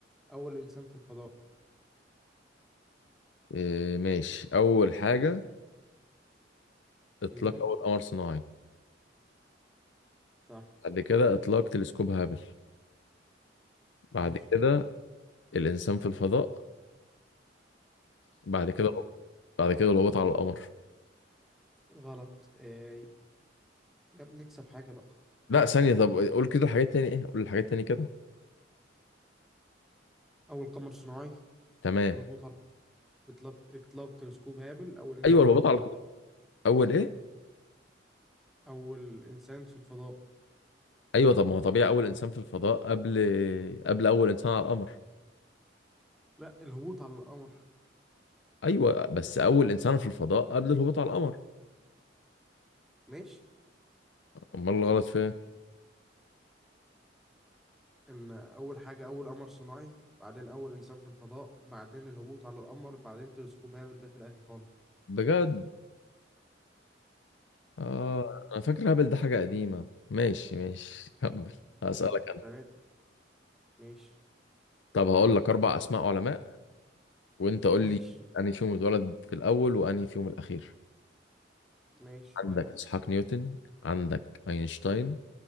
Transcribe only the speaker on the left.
إيه ماشي اول حاجة اطلاق
اول قمر صناعي
بعد كده اطلاق تلسكوب هابل بعد
كده الانسان في الفضاء بعد كده القمر. بعد كده الهبوط على القمر
لا ثانية طب قول كده الحاجات تاني ايه قول الحاجات تاني كده
تمام
ايوه الهبوط
على القمر اول ايه
ايوه طب ما هو طبيعي اول انسان في الفضاء قبل قبل اول انسان على القمر
ايوه بس اول انسان في الفضاء قبل الهبوط على القمر
امال الغلط فين
بجد اه
انا فاكر هبل ده حاجه قديمه ماشي ماشي <laughs> كمل هسألك
انا
طب هقول لك اربع اسماء علماء وانت قول
لي انهي فيهم اتولد في الاول وانهي فيهم الاخير
عندك
اسحاق نيوتن عندك اينشتاين